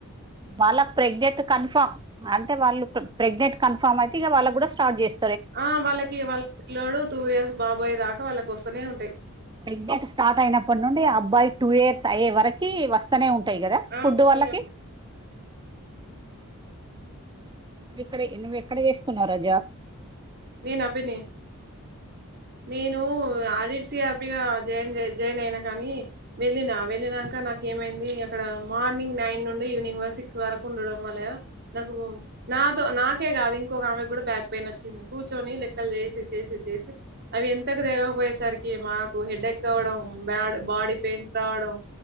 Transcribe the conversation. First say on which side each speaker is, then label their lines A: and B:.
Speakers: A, on the right; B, on the right.
A: వాళ్ళక్ ప్రెగ్నెంట్ కన్ఫర్మ్ అంటే వాళ్ళు ప్రెగ్నెంట్ కన్ఫర్మ్ ఫామ్ అయితే ఇగ వాళ్ళ కూడా స్టార్ట్ జేస్
B: ఆ వాళ్ళకి వాళ్ళ పిల్లోడు టూ ఇయర్స్ బాబోయే దాకా వాళ్ళకి వస్తూనే ఉంటాయి
A: ప్రెగ్నెంట్ స్టార్ట్ అయినప్పటి నుండి అబ్బాయి టూ ఇయర్స్ అయ్యే వరకి వస్తనే ఉంటాయి కదా
B: ఆ
A: ఫుడ్
B: వస్తూనే
A: వాళ్ళకి నువ్వు ఇక్కడే నువ్వు ఎక్కడ చేస్తున్నావు జాబ్
B: నేను అభిని నేను ఆరిసిఆర్ బిగ జాయిన్ జాయినయినా కానీ వెళ్ళిన వెళ్ళినాక నాకి ఏమైంది అక్కడ మార్నింగ్ నైన్ నుండి ఈవినింగ్ వర సిక్స్ వరకు ఉండడం వలా నాకు నా నాతో నాకే కాదు ఇంకోక ఆమె కూడా బ్యాక్ పెయిన్ వచ్చింది కూర్చొని లెక్కలు చేసి చేసి చేసి అవి ఎంతకు తెగకపోయేసరికి మాకు హెడ్ ఎక్ అవ్వడం బ్యాడ్ బాడీ పెయిన్స్ రావడం